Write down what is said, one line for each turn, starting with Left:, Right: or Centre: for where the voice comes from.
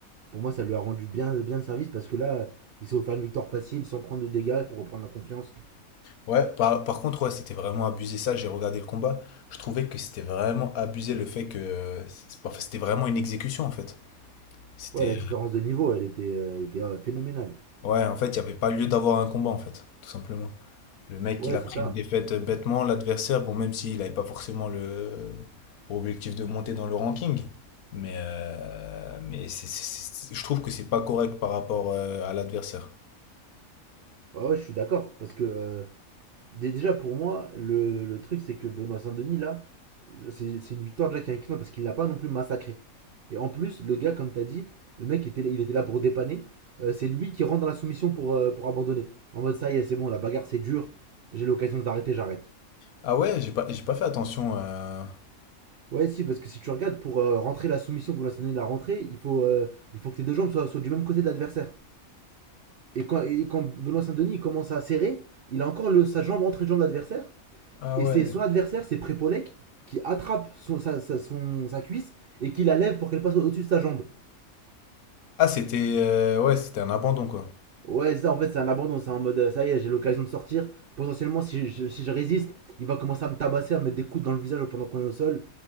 Right: Pour moi, ça lui a rendu bien, bien service parce que là, il s'est offert une victoire facile sans prendre de dégâts pour reprendre la confiance.
Left: Ouais, par, par contre, ouais, c'était vraiment abusé ça. J'ai regardé le combat. Je trouvais que c'était vraiment abusé le fait que euh, c'est pas- enfin, c'était vraiment une exécution en fait. C'était
Right: Ouais, la différence de niveau, elle était, euh, elle était euh, phénoménale.
Left: ouais, en fait, il n'y avait pas lieu d'avoir un combat en fait, tout simplement. Le mec,
Right: Ouais,
Left: il a
Right: c'est
Left: pris
Right: ça.
Left: une défaite euh, bêtement. L'adversaire, bon, même s'il n'avait pas forcément le pour objectif de monter dans le ranking, mais euh, mais c'est- c'est- c'est- je trouve que c'est pas correct par rapport euh, à l'adversaire.
Right: Ouais, ouais, je suis d'accord. Parce que euh, Dé- Déjà, pour moi, le, le truc, c'est que Benoît Saint-Denis, là, c'est c'est une victoire déjà qui est inclinante parce qu'il l'a pas non plus massacré. Et en plus, le gars, comme t'as dit, le mec, était là- il était là pour dépanner. Euh, c'est lui qui rentre dans la soumission pour, euh, pour abandonner. En mode, ça y est, c'est bon, la bagarre, c'est dur. J'ai l'occasion d'arrêter, j'arrête.
Left: Ah ouais, j'ai pas j'ai pas fait attention. euh,
Right: Ouais, si, parce que si tu regardes, pour euh, rentrer la soumission que Benoît Saint-Denis l'a rentrée, il, faut, euh, il faut que tes deux jambes soient, soient du même côté de l'adversaire. Et quand, et quand Benoît Saint-Denis il commence à serrer, il a encore le, sa jambe entre les jambes de l'adversaire.
Left: Ah
Right: Et
Left: ouais.
Right: c'est son adversaire, c'est Prépolek, qui attrape son, sa, sa- son- sa cuisse et qui la lève pour qu'elle passe au- dessus de sa jambe.
Left: Ah c'était euh, ouais, c'était un abandon quoi.
Right: Ouais, ça en fait, c'est un abandon, c'est en mode euh, ça y est, j'ai l'occasion de sortir. Potentiellement, si je, si je résiste, il va commencer à me tabasser, à me mettre des coups dans le visage pendant qu'on est au sol.